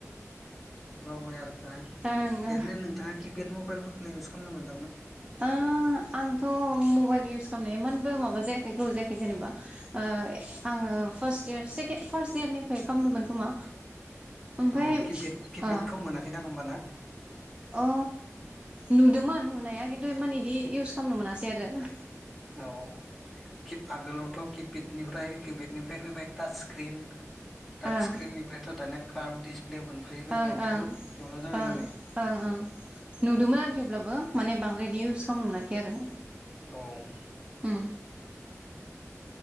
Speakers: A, in the centre; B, on the right.
A: बावबाय आरो
B: ओं ओं
A: एरैनो नोंथाङा किपेड मबाइल इउस खालामनो मोनो।
B: ओ आंथ' मबाइलनि इउस खालामनाया एमानबो माबाजायाख नै गोबाव जायाखै जेनेबा ओ आङो फारस डियार सेकेन फारस डियारनिफ्राय खालामदोंमोन खोमा ओमफ्राय
A: औ किपेड किपेडखौ
B: ओ
A: मोनाखैदां <inaudible>
B: अ नुदोंमोन नुनाया खिन्थु इमान बिदि इउस खालामनो मोनासै आरो ना।
A: औ खिथ आगोलावथ' खितफित। बेनिफ्राय किबेडनिफ्राय फैबाय टाच क्रिन। टादच
B: ओं
A: क्रिननिफायथ' दाना काफ दिस <unintelligible>
B: ओं
A: बुहुत
B: ओं
A: जेंना जाबाय
B: ओं
A: माने।
B: ओं ओं नुदोंमोन थिउ अब्लाबो माने बांद्राय दिउस सम मोनाखै आरो
A: हम <inaudible>
B: उम